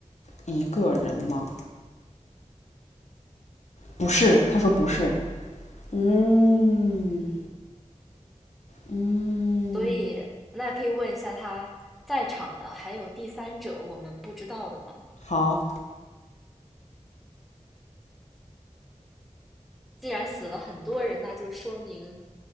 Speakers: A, on the left (about 65°); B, in the centre.
A: 一个人吗？不是，他说不是。嗯
B: 嗯，
A: 嗯，
B: 所以那可以问一下他在场的，还有第三者，我们不知道的吗？
A: 好，
B: 既然死了很多人，那就说明